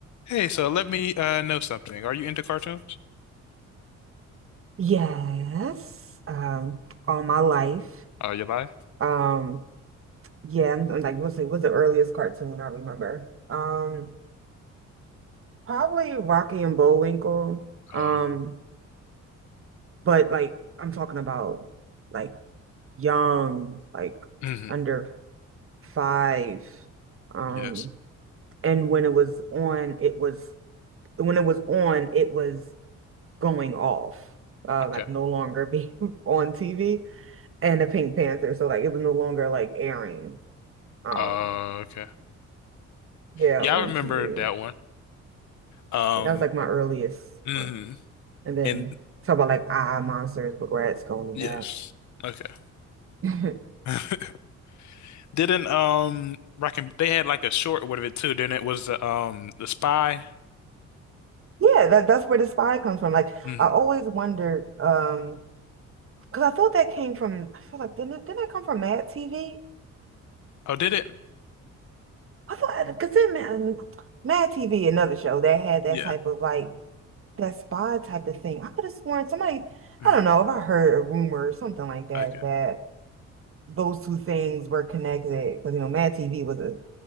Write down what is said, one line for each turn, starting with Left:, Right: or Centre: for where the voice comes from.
Left: Hey, so let me uh know something. Are you into cartoons?
Right: Yes, um, all my life.
Left: Oh, you lie?
Right: Um, yeah, and, and, like let's see, what's the earliest cartoon I remember? Um, probably Rocky and Bullwinkle. Um,
Left: Um,
Right: but like I'm talking about like young, like
Left: mhm,
Right: under five. Um,
Left: yes.
Right: and when it was on, it was when it was on, it was going off, uh,
Left: Okay.
Right: like no longer being <laughs> on TV. and the Pink Panther. So like it was no longer like airing. Um,
Left: Uh, okay.
Right: yeah,
Left: Yeah,
Right: on
Left: I remember
Right: TV.
Left: that one. Um,
Right: That was like my earliest
Left: mhm,
Right: ones. And then
Left: and
Right: talk about like ah monsters, but rats going
Left: yes.
Right: to
Left: Okay.
Right: that. <laughs>
Left: <laughs> Didn't um Rockin' they had like a short with it too, didn't it? Was the um the spy?
Right: Yeah, that that's where the spy comes from. Like
Left: hmm
Right: I always wondered, um, because I thought that came from. I feel like didn't it, didn't that come from Mad TV?
Left: Oh, did it?
Right: I thought because then Mad, Mad TV, another show that had that
Left: Yeah.
Right: type of like that spy type of thing. I could have sworn somebody.
Left: hmm
Right: I don't know if I heard a rumor or something like that
Left: Okay.
Right: that those two things were connected because you know Mad TV was a